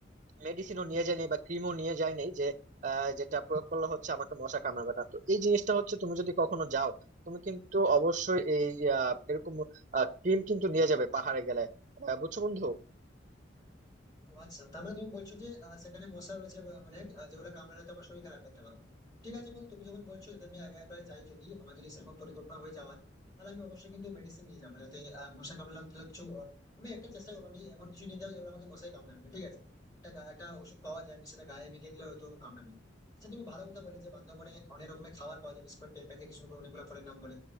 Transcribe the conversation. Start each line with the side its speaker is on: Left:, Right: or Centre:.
Right: মেডিসিনও নিয়ে যাইনি বা ক্রিমও নিয়ে যাইনি যে আহ, যেটা প্রয়োগ করলে হচ্ছে আমাকে মশা কামড়াবে না তো এই জিনিসটা হচ্ছে তুমি যদি কখনো যাও তুমি কিন্তু অবশ্যই এই আহ, এরকম ক্রিম কিন্তু নিয়ে যাবে পাহাড়ে গেলে আহ, বুঝছো বন্ধু
Left: ও আচ্ছা তার মানে তুমি বলছো যে আহ, সেখানে মশা রয়েছে বা অনেক আহ, যেগুলো কামড়ালে তো আমার শরীর খারাপ করতে পারে ঠিক আছে বন্ধু তুমি যখন বলছো যদি আমি আগে একবার যাই যদি আমার যদি সেরকম পরিকল্পনা হয়ে যাওয়ার তাহলে আমি অবশ্যই কিন্তু মেডিসিন নিয়ে যাবো যাতে আহ, মশা কামড়ালে অন্তত কিছু আহ, আমি একটা চেষ্টা করবো আমি এমন কিছু নিয়ে যাবো যেগুলো আমাকে মশাই কামড়াবে না, ঠিক আছে একটা গা- একটা ওষুধ পাওয়া যায় আমি সেটা গায়ে মেখে দিলে হয়তো কামড়াবে না। আচ্ছা তুমি ভালো কথা বলে যে বান্ধবনে অনেক রকমের খাবার পাওয়া যায় বিশেষ করে পেঁপে থেকে শুরু করে অনেকগুলো ফলের নাম বলে